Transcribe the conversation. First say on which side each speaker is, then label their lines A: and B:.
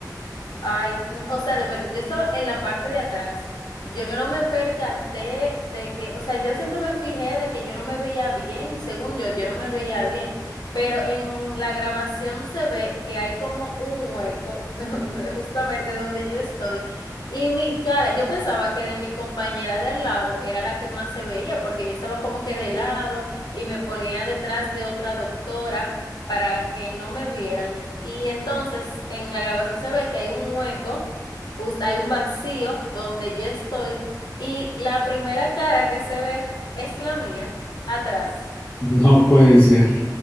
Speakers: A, on the left; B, on the left.
A: ay, n- o sea, de verdad, yo estaba en la parte de atrás. Yo no me percaté de que, o sea, yo siempre me fijé de que yo no me veía bien, según yo, yo no me veía bien, pero en la grabación se ve que hay como un hueco <laughs> donde justamente donde yo estoy y mi cara, yo pensaba que de mi compañera de al lado era la que más se veía porque yo estaba como que de lado y me ponía detrás de otra doctora. para que no me vieran. Y entonces en la grabación se ve que hay un hueco, us- hay un vacío donde yo estoy y la primera cara que se ve es la mía, atrás.
B: No puede ser.